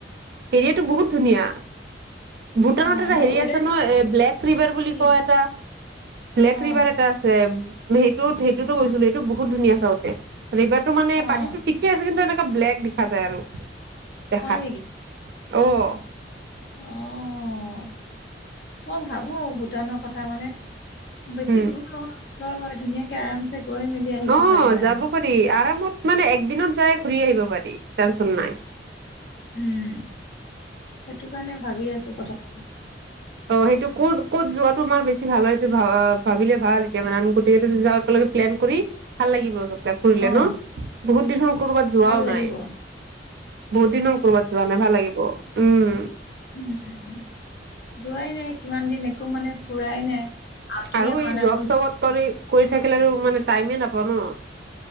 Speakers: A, on the right (about 60°); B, on the left (about 65°).
A: এনেওটো বহুত ধুনীয়া। ভূটানত
B: অ',
A: এটা
B: ন
A: হেৰি
B: ৱেডাৰটো
A: আছে নহয় এ, ব্লেক ৰিভাৰ বুলি
B: কি
A: কয় এটা ব্লেক
B: অ',
A: ৰিভাৰ এটা আছে। সেইটোত সেইটোতো গৈছিলো। সেইটো বহুত ধুনীয়া চাওঁতে ৰিভাৰটো মানে
B: অ',
A: পানীতো ঠিকেই আছে। কিন্তু এনেকুৱা ব্লেক দেখা যায় আৰু দেখাত
B: হয়
A: অহ,
B: অহ', মই ভাবো ভূটানৰ কথা মানে বেছি
A: উম
B: দূৰ নহয় হয়। ওচৰ হয়। ধুনীয়াকে আৰাম চে গৈ মেলি আহিব
A: অ
B: পাৰিম।
A: যাব পাৰি আৰামত মানে একদিনত যাই ঘূৰি আহিব পাৰি। টেনশচন নাই।
B: উম', সেইটো কাৰণে ভাবি আছো কথাটো
A: অহ', সেইটো ক'ত ক'ত যোৱাটো আমাৰ বেছি ভাল হয়। সেইটো ভা ভাবিলে ভাল এতিয়া মানে আমি গতেকেইতা যদি যাও একেলগে প্লেন কৰি ভাল লাগিব। তাতে ফুৰিলে
B: অ',
A: ন বহুত দিন হ'ল কৰবাত যোৱাও
B: ভাল লাগিব
A: নাই। বহুত দিন হল ক'ৰবাত যোৱা নাই ভাল লাগিব উম,
B: উম', যোৱাই নাই। কিমান দিন একো মানে ফুৰাই নাই। আউটিঙে
A: আৰু
B: হোৱা
A: এই
B: নাই
A: জব
B: অকল
A: চবত কৰি কৰি থাকিলে, আৰু মানে টাইমে নাপাওঁ ন